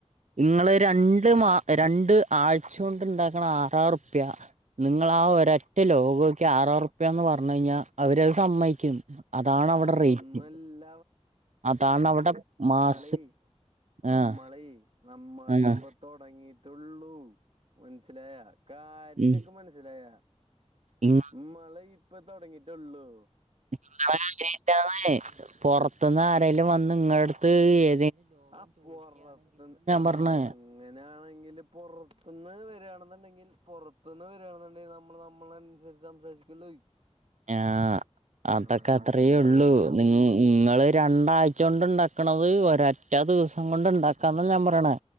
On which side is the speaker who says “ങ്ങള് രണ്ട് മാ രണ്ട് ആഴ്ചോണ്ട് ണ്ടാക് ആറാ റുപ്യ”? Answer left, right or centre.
Right